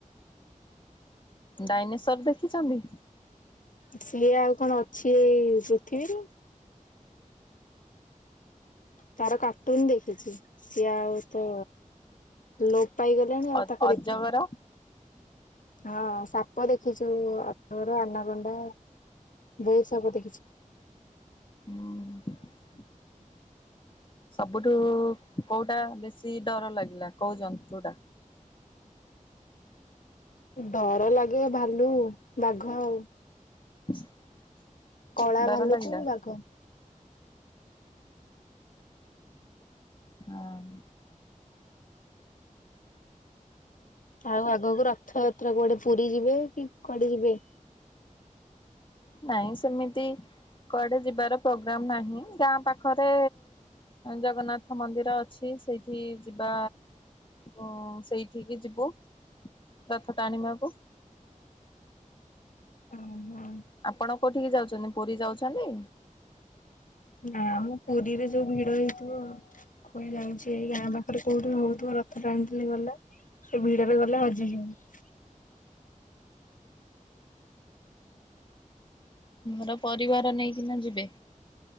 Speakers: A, on the left; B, on the left.
A: ଡାଇନେଶର ଦେଖିଛନ୍ତି?
B: ସିଏ ଆଉ କଣ ଅଛି ଏଇ ପୃଥିବୀରୁ? ତାରା କା ଟୁନ ଦେଖିଛି ସିଏ ଆଉ ତ ଲୋପ ପାଇଗଲେଣି
A: ଅ
B: ଆଉ ତାକୁ
A: ଅଜଗର?
B: ଦେଖିଲଣି। ହଁ ସାପ ଦେଖିଛୁ ଅଜଗର ଆନା ଗଣ୍ଡା ବହି ସବୁ ଦେଖିଛୁ।
A: ହୁଁ। ସବୁଠୁ କୋଉଟା ବେଶୀ ଡର ଲାଗିଲା କୋଉ ଜନ୍ତୁଟା।
B: ଡର ଲାଗେ ଭାଲୁ ବାଘ ଆଉ।
A: <inaudible>
B: କଳା
A: ଡର
B: ଭାଲୁକୁ
A: ଲାଗିଲା
B: ବାଘ।
A: ଓହଁ।
B: ଆଉ ଆଗକୁ ରଥଯାତ୍ରା କୁଆଡେ ପୁରୀ ଯିବେ କି କୁଆଡେ ଯିବେ।
A: ନାଇଁ ସେମିତି କୁଆଡେ ଯିବାର ପ୍ରୋଗ୍ରାମ ନାହିଁ ଗାଁ ପାଖରେ ଜଗନ୍ନାଥ ମନ୍ଦିର ଅଛି ସେଇଠି ଯିବା। ଊ ସେଇଠିକି ଯିବୁ ରଥ ଟାଣିବାକୁ।
B: ହୁଁ ହୁଁ।
A: ଆପଣ କୋଉଠିକି ଯାଉଛନ୍ତି ପୁରୀ ଯାଉଛନ୍ତି?
B: ନା ଆମ ପୁରୀରେ ଯୋଉ ଭିଡ ହେଇଥିବ। କୁଏ ଯାଉଛି ଏଇ ଗାଁ ପାଖରେ କୋଉଠି ହଉଥିବ ରଥ ଟାଣିଥିଲି ଗଲା। ସେ ଭିଡ ରେ ଗଲେ ହଜିଯିବୁ।
A: ଘର ପରିବାର ନେଇକିନା ଯିବେ